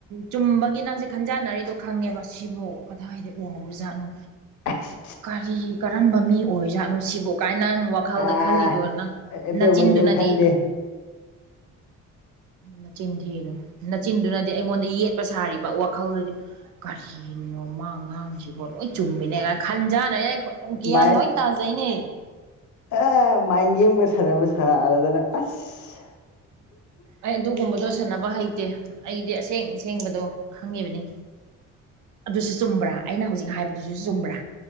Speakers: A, on the right; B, on the left.
A: ꯆꯨꯝꯕꯒꯤ ꯅꯪꯁꯦ ꯈꯟꯖꯥꯅꯔꯤꯗꯣ ꯈꯪꯉꯦꯕ ꯁꯤꯕꯨ ꯀꯗꯥꯏꯗ ꯎꯍꯧꯔꯖꯥꯠꯅꯣ
B: ꯑꯁ
A: ꯀꯔꯤ ꯀꯔꯝꯕ ꯃꯤ ꯑꯣꯏꯖꯥꯠꯅꯣ ꯁꯤꯕꯣ ꯀꯥꯏꯅ ꯅꯪ ꯋꯥꯈꯜꯗ
B: ꯑꯥ
A: ꯈꯜꯂꯤꯗꯣ ꯅꯪ
B: ꯑꯗꯨꯃ
A: ꯅꯆꯤꯟꯗꯨꯅꯗꯤ
B: ꯀꯩꯝ ꯈꯟꯗꯦ
A: ꯅꯆꯤꯟ ꯊꯤꯒꯅꯨ ꯅꯆꯤꯟꯗꯨꯅꯗꯤ ꯑꯩꯉꯣꯟꯗ ꯌꯦꯠꯄ ꯁꯥꯔꯤꯕ ꯋꯥꯈꯜꯗꯨꯗꯤ ꯀꯔꯤꯅꯣ ꯃꯥꯡ ꯉꯥꯡꯁꯤꯕ ꯂꯣꯏ ꯆꯨꯝꯃꯤꯅꯦꯒ ꯈꯟꯖꯔꯦ ꯑꯩ ꯒ꯭ꯌꯥꯟ
B: ꯃꯥꯏ
A: ꯂꯣꯏ ꯇꯥꯖꯩꯅꯦ
B: ꯑ ꯃꯥꯏꯟꯒꯦꯝꯒ ꯁꯥꯟꯅꯕ ꯁꯥꯔꯗꯅ ꯑꯁ
A: ꯑꯩ ꯑꯗꯨꯒꯨꯝꯕꯗꯣ ꯁꯥꯟꯅꯕ ꯍꯩꯇꯦ ꯑꯩꯗꯤ ꯑꯁꯦꯡ ꯑꯁꯦꯡꯕꯗꯣ ꯈꯪꯉꯤꯕꯅꯤ ꯑꯗꯨꯁꯨ ꯆꯨꯝꯕ꯭ꯔꯥ ꯑꯩꯅ ꯍꯧꯖꯤꯛ ꯍꯥꯏꯕꯗꯨꯁꯨ ꯆꯨꯝꯕ꯭ꯔꯥ